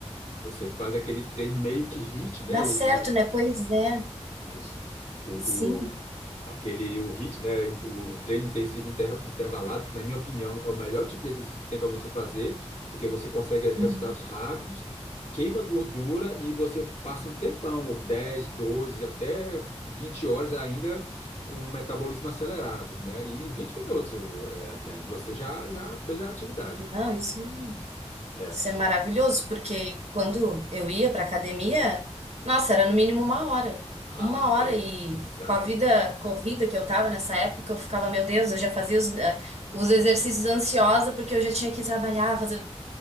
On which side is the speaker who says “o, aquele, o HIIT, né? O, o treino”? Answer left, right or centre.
Left